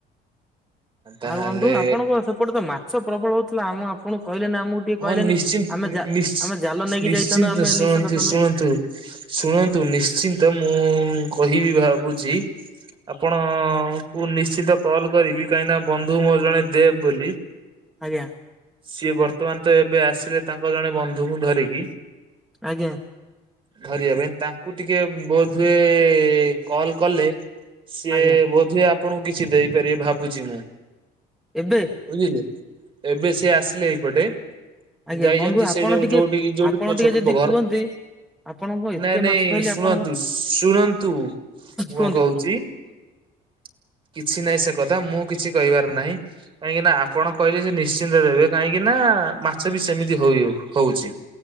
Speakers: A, on the right (about 30°); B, in the centre.
A: ତାହେଲେ
B: ଆଉ ବନ୍ଧୁ ଆପଣଙ୍କ ସେପଟେ ତ ମାଛ ପ୍ରବଳ ହଉ ନା ଆମ ଆପଣଙ୍କୁ କହିଲେନି ଆମକୁ ଟିକେ
A: ହଁ
B: କହିଲେନି
A: ନିଶ୍ଚିନ୍ତ
B: ଆମେ
A: ନିଶ୍
B: ଆମେ ଜା ଜାଲ ନେଇକି
A: ନିଶ୍ଚିନ୍ତ
B: ଯାଇଥାନ୍ତୁ ଆମେ
A: ଶୁଣନ୍ତୁ
B: ନିଶ୍ଚନ୍ତ ଧରି ଥାନ୍ତୁ।
A: ଶୁଣନ୍ତୁ ଶୁଣନ୍ତୁ ନିଶ୍ଚିନ୍ତ ମୁଁ କହିବି ଭାବୁଛି ଆପଣଙ୍କୁୁ ନିଶ୍ଚିତ କଲ କରିବି କାହିଁକି ବନ୍ଧୁ ମୋର ଜଣେ ଦେବ ବୋଲି।
B: ଆଜ୍ଞା।
A: ସିଏ ବର୍ତ୍ତମାନ ତ ଏବେ ଆସିଲେ ତାଙ୍କ ଜଣେ ବନ୍ଧୁଙ୍କୁ ଧରିକି।
B: ଆଜ୍ଞା
A: ଧରିବା ପାଇଁ ତାଙ୍କୁ ଟିକେ ବୋଧ ହୁଏ କଲ କଲେ ସିଏ
B: ଆଜ୍ଞା
A: ବୋଧ ହୁଏ ଆପଣଙ୍କୁ କିଛି ଦେଇପାରିବେ ଭାବୁଛି ମୁଁ।
B: ଏବେ?
A: ବୁଝିଲେ ଏବେ ସିଏ ଆସିଲେ ଏପଟେ।
B: ଆଜ୍ଞା
A: ଯାଇଚନ୍ତି
B: ବନ୍ଧୁ ଆପଣ
A: ସେ ଯୋଉ
B: ଟିକେ
A: ଯୋଉଟିକି ଯୋଉଟି
B: ଆପଣ ଟିକେ
A: ଛୋଟ
B: ଯଦି
A: ପ ଘର
B: କୁହନ୍ତି ଆପଣ କଣ ଏତେ
A: ନାଇଁ-ନାଇଁ
B: ମାଛ ଧଇଲେ
A: ଶୁଣନ୍ତୁ
B: ଆପଣ
A: ଶୁଣନ୍ତୁ ମୁଁ
B: କୁହନ୍ତୁ
A: କଣ କହୁଚି କିଛିନାହିଁ ସେ କଥା ମୁଁ କିଛି କହିବାର ନାହିଁ କାହିଁକିନା ଆପଣ କହିଲେ ସେ ନିଶ୍ଚିନ୍ତ ଦେବେ କାହିଁକିନା ମାଛ ବି ସେମିତି ହୋଇ ହଉଚି।